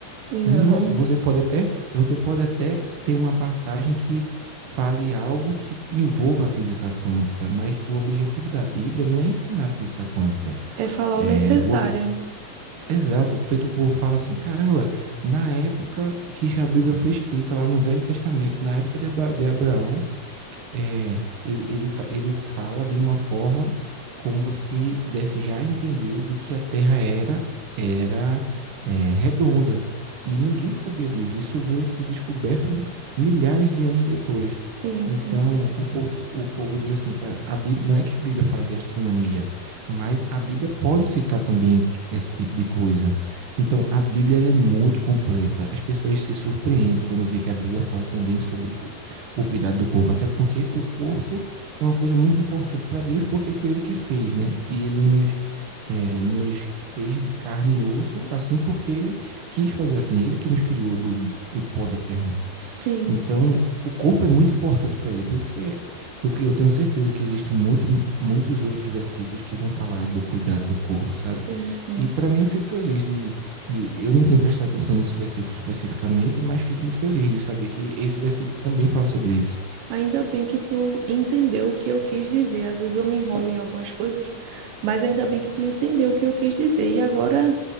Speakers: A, on the right; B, on the right.
A: Não,
B: Não, você pode até, você pode até ter uma passagem que fale algo que envolva a física quântica, mas o objetivo da Bíblia não é ensinar física quântica.
A: É falar
B: É,
A: o necessário.
B: o, ob- exato, feito por falar assim, caramba, na época que a Bíblia foi escrita lá no Velho Testamento, na época de, Abra- de Abraão, é, ele, ele, fa- ele fala de uma forma como se desse já a entender de que a Terra era, era é, redonda. E ninguém sabia disso. Isso veio a ser descoberto milhares de anos depois.
A: Sim, sim.
B: Então, o povo, o povo diz assim, cara, a a Bíblia, não é que a Bíblia fala de astronomia, mas a Bíblia pode citar também esse tipo de coisa. Então, a Bíblia ela é muito completa. As pessoas se surpreendem quando vê que a Bíblia fala também sobre, o cuidado do corpo, até porque o corpo é uma coisa muito importante para Deus, porque foi Ele que fez, né? E Ele nos, é, nos fez de carne e osso, assim, porque Ele quis fazer assim, Ele que nos criou do, do pó da terra.
A: Sim,
B: Então, o corpo é muito importante para ele, por isso que é, eu, eu, tenho certeza que existem muito, muitos outros versículos que vão falar do cuidado do corpo, sabe?
A: sim, sim.
B: E para mim eu fico feliz de, de, eu não tinha prestado atenção nesse versículo especificamente, mas fico muito feliz de saber que esse versículo também fala sobre isso.
A: Ainda bem que tu entendeu o que eu quis dizer. Às vezes eu me enrolo em algumas coisas, mas ainda bem que tu entendeu o que eu quis dizer. E agora